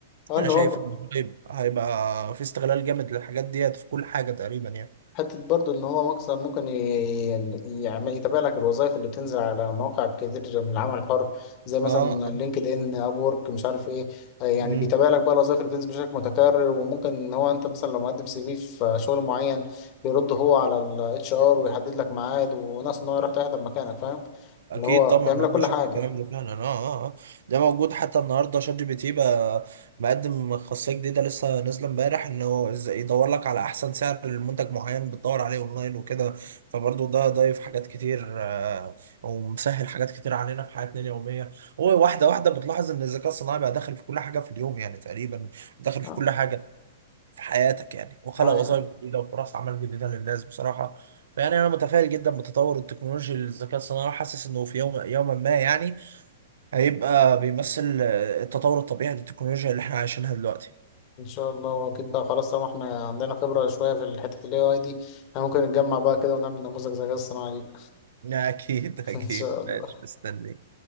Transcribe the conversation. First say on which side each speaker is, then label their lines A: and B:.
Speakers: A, on the left; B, on the right.
A: آه،
B: انا
A: اللي
B: شايف
A: هو
B: ان هيبقى هيبقى في استغلال جامد للحاجات ديت في كل حاجه تقريبا يعني
A: حتة برضو إن هو مكسب ممكن ي- يعني يعمل- يتابع لك الوظائف اللي بتنزل على مواقع كتير من العمل الحر زي مثلا
B: اه آه.
A: لينكد إن أب وورك مش عارف إيه آه، يعني
B: مم.
A: بيتابع لك بقى الوظائف اللي بتنزل بشكل متكرر وممكن إن هو أنت مثلا لو مقدم سي في في شغل معين بيرد هو على الاتش ار ويحدد لك ميعاد وناس إن هو يروح تحضر مكانك فاهم
B: اكيد
A: اللي هو
B: طبعا
A: بيعمل
B: انا
A: لك
B: بشوف
A: كل حاجة
B: الكلام ده فعلا اه اه آه. ده موجود حتى النهارده شات جي بي تي بقى مقدم خاصيه جديده لسه نازله امبارح انه ازاي يدور لك على احسن سعر لمنتج معين بتدور عليه اونلاين وكده فبرضه ده ضايف حاجات كتير آه، ومسهل حاجات كتير علينا في حياتنا اليوميه هو واحده واحده بتلاحظ ان الذكاء الصناعي بقى داخل في كل حاجه في اليوم يعني تقريبا داخل
A: اه
B: في كل حاجه في حياتك يعني وخلق
A: اه
B: وظائف
A: يعني
B: جديده وفرص عمل جديده للناس بصراحه فيعني انا متفائل جدا بتطور التكنولوجيا للذكاء الصناعي وحاسس انه في يوم يوما ما يعني هيبقى بيمثل آه، التطور الطبيعي للتكنولوجيا اللي احنا عايشينها دلوقتي
A: ان شاء الله كده خلاص طالما احنا عندنا خبرة شوية في الحتة ال AI دي احنا ممكن نتجمع بقى كده ونعمل نموذج ذكاء اصطناعي لينا
B: <laughs> اكيد
A: <laughs>
B: اكيد
A: ان شاء الله
B: ماشي مستني